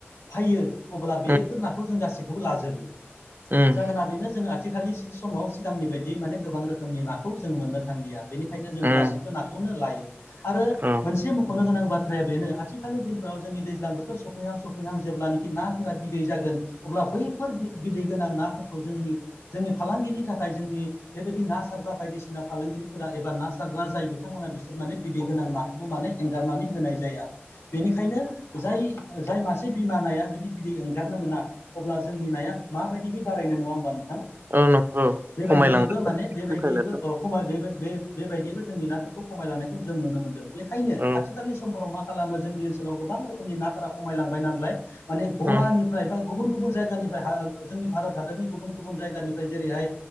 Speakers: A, on the left; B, on the right.
A: फैयो अब्ला
B: उम
A: बेफोर नाखौ जों गासैखौबो लाजोबो
B: उम
A: जाहोना बेनो जोंना आथिखालनि समाव सिगांनि बायदि माने गोबां रोखोमनि नाखौ जों मोननो थांलिया। बेनिखायनो जोङो
B: उम
A: गासैबो नाखौनो लायो आरो
B: औ
A: मोनसे मख'नो गोनां बाथ्राया बेनो आथिखालनि दिनफोराव जोंनि दैज्लां बोथोर सफैहां सफैहां जेला नाफोरा बिदै जागोन अब्ला बैफोर बिदै गोनां नाफोरखौ जोंनि जोंनि फालांगिनि थाखाय जोंनि बेबायदि ना सारग्रा बायदिसिना फालांगिरिफोरा एबा ना सारग्रा जाय बिथांमोना बिसोर माने बिदै गोनां ना खौबो माने एंगारनानै होनाय जाया बेनिखायनो जाय जाय मासे बिमानाया जुदि बिदै ओंगारनो मोना अब्ला जोंनि नाया माबायदियै बारायनो नङा होमबानो
B: औ नंगौ
A: बेबायदियैबो
B: खमायलांगासिनो
A: माने बेबायदियैबो
B: दंखायोनोथ'
A: अ खमाय बे बे बेबायदियबो जोंनि नाफोरखौ खमायलांनायखौ जों नुनो मोनदों बेखायनो
B: औ
A: आथिखालनि समफोराव मा खालामो जोंनि ओनसोलाव गोबां रोखोमनि नाफोरा खमायलांबाय नालाय माने गवानिफ्राय
B: उम
A: बा गुबुन गुबुन जायगानिफ्राय जोंनि भारत हादरनि गुबुन गुबुन जायगानिफ्राय जेरैहाय